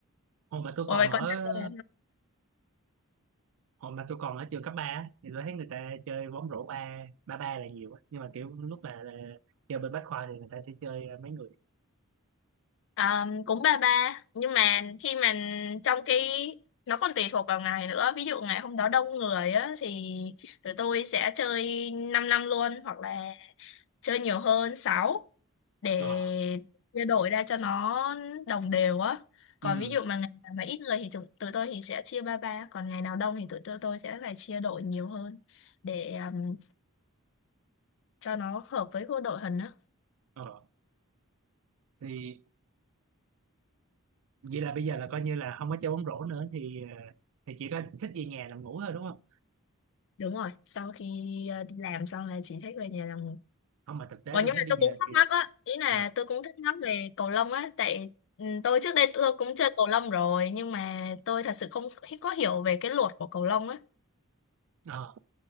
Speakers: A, on the right (about 65°); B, on the left (about 60°).
A: hồi mà tôi
B: Ủa
A: còn
B: vậy
A: ở
B: con trai
A: hồi mà tôi còn ở trường cấp 3 á, thì tôi thấy người ta chơi bóng rổ ba ba ba là nhiều á. nhưng mà kiểu lúc là, là chơi bên Bách Khoa thì người ta sẽ chơi ờ, mấy người
B: Ờ, cũng ba ba nhưng mà khi mà trong cái nó còn tùy thuộc vào ngày nữa ví dụ ngày hôm đó đông người á thì tụi tôi sẽ chơi 5 năm năm luôn hoặc là chơi nhiều hơn 6 để
A: ờ
B: chia đổi ra cho nó đồng đều á còn
A: ừ
B: ví dụ mà ngày nào mà ít người thì tụi, tụi tôi thì sẽ chia ba ba còn ngày nào đông thì tụi tôi, tôi sẽ phải chia đội nhiều hơn để ừm, cho nó hợp với cô đội hình á
A: ờ thì vậy là bây giờ là coi như là không có chơi bóng rổ nữa thì ờ, thì chỉ có thích về nhà nằm ngủ thôi đúng không
B: đúng rồi sau khi ờ, đi làm xong là chỉ thích về nhà làm
A: không mà thực tế
B: Ủa, nhưng
A: tôi thấy
B: mà
A: bây
B: tôi
A: giờ
B: cũng thắc
A: kìa
B: mắc á, ý là
A: à,
B: tôi cũng thắc mắc về cầu lông á, tại ừ, tôi trước đây tôi cũng chơi cầu lông rồi, nhưng mà tôi thật sự không hi- có hiểu về cái luật của cầu lông á.
A: ờ,